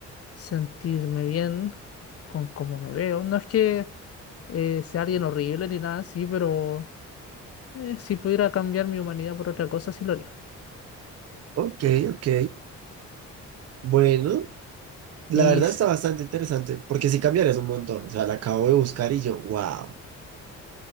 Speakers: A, on the left; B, on the right.
A: sentirme bien con cómo me veo. No es que eh, sea alguien horrible ni nada así, pero eh, si pudiera cambiar mi humanidad por otra cosa, sí lo haría.
B: Ok, ok. Bueno, la
A: Y
B: verdad
A: s-
B: está bastante interesante porque sí cambiarías un montón. O sea, la acabo de buscar y yo, wow.